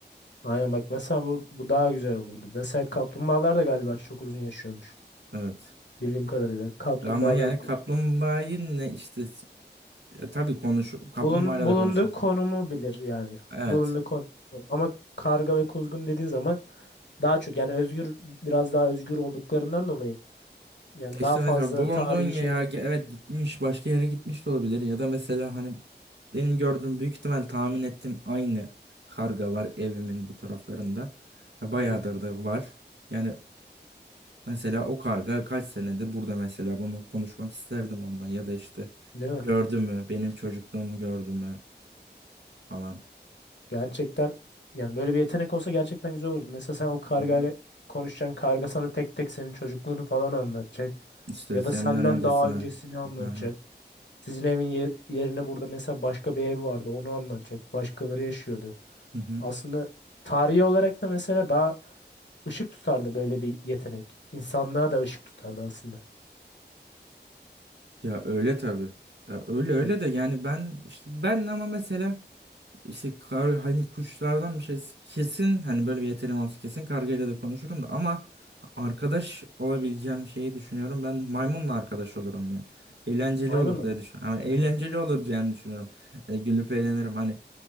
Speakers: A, on the left; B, on the right.
A: Aynen bak mesela bu, bu daha güzel olurdu. Mesela kaplumbağalar da galiba çok uzun yaşıyormuş.
B: Evet.
A: Bildiğim kadarıyla. Kaplumbağa
B: Ama yani
A: ve
B: kaplumbağayı ne işte Ya tabii konuş kaplumbağayla
A: bulun, bulunduğu
B: da konuşursun.
A: konumu bilir yani.
B: Evet.
A: Bulunduğu konum. Ama karga ve kuzgun dediğin zaman daha çok yani özgür biraz daha özgür olduklarından dolayı yani
B: E,
A: daha
B: İşte
A: fazla
B: mesela bulunduğun
A: tarihi
B: ya
A: şey
B: evet gitmiş başka yere gitmiş de olabilir ya da mesela hani benim gördüğüm büyük ihtimal tahmin ettiğim aynı karga var evimin bu taraflarında. Ya Bayağıdır
A: evet.
B: da var. Yani mesela o karga kaç senedir burada mesela bunu konuşmak isterdim ondan ya da işte
A: Değil mi?
B: gördü mü benim çocukluğumu gördü mü falan.
A: Gerçekten yani böyle bir yetenek olsa gerçekten güzel olurdu. Mesela sen o kargayla
B: Hı hı.
A: konuşacaksın. Karga sana tek tek senin çocukluğunu falan anlatacak.
B: İşte
A: Ya
B: senden
A: da senden
B: öncesine.
A: daha öncesini anlatacak.
B: Hı hı.
A: Sizin evin ye- yerine burada mesela başka bir ev vardı. Onu anlatacak. Başkaları yaşıyordu.
B: Hı hı.
A: Aslında tarihi olarak da mesela daha ışık tutardı böyle bir yetenek. İnsanlığa da ışık tutardı aslında.
B: Ya öyle tabii. Ya öyle öyle
A: Yani
B: de yani ben işte ben ama mesela işte kar, hani kuşlardan bir şey kesin hani böyle bir yeteneğim olsa kesin kargayla da konuşurum da ama arkadaş olabileceğim şeyi düşünüyorum. Ben maymunla arkadaş olurum ya. Eğlenceli
A: maymunla
B: olur diye
A: mı?
B: düşünüyorum. Ama eğlenceli
A: Hı.
B: olur diye düşünüyorum. Yani gülüp eğlenirim. Hani